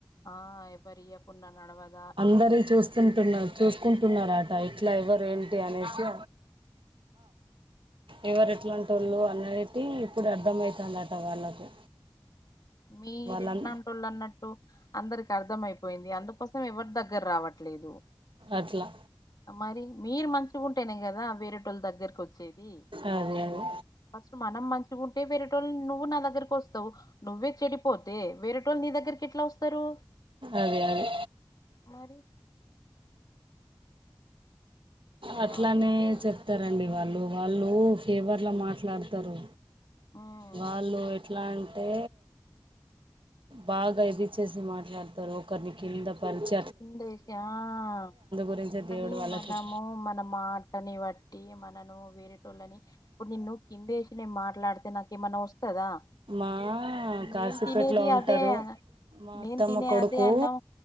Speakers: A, on the left; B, on the right.
A: ఆ ఎవరు ఇయకున్నా నడవద్.
B: అందరి చూస్తుంటున్నారు. చూసుకుంటున్నారట ఇట్లా ఎవరు ఏంటి అనేసి. ఎవరు ఎట్లాంటి వాళ్ళు అనేటిది ఇప్పుడు అర్థమవుతుందట వాళ్ళకు.
A: మీరు
B: వాళ్ళం
A: ఎట్లాంటోళ్ళు అన్నట్టు. అందరికి అర్థమయిపోయింది అందుకోసమే ఎవరు దగ్గర రావట్లేదు.
B: అట్లా.
A: ఆ మరి మీరు మంచిగాగుంటేనే కదా వేరే వాళ్ళు దగ్గరకి వచ్చేది.
B: అదే అదే
A: ఫస్ట్ మనం మంచిగుంటే వెరెటోళ్లు నువ్వు నా దగ్గరకోస్తావు నువ్వే చెడిపోతే వేరేటోళ్లు నీ దగ్గరికి ఎట్లా వస్తరు
B: అదే అదే
A: మరీ నిన్న
B: అట్లానే
A: అదే చే-
B: చెప్తారండి వాళ్లు వాళ్లు ఫేవర్లా మాట్లాడతారు
A: ఉమ్,
B: వాళ్లు ఎట్లా అంటే బాగా ఇది చేసి మాట్లాడతారు ఒకరిని కింద పరిచ్
A: కిందేసి మాట్లాడితే ఆ
B: గురించే
A: కానీ
B: దేవుడు వాళ్ళకి
A: మనము మన మాటని వాట్టి ట్టి మనను వేరేటోళ్ళని ఇప్పుడు నిన్ను కిందేసి నేను మాట్లాడితే నాక్ ఏమన్నా వస్తదా
B: మా కాశీపేటలో
A: నేను తినేది
B: ఉంటారు
A: అదే అన
B: మా
A: నేను
B: అత్తమ్మ
A: తినే
B: కొడుకూ
A: అదే అన్నం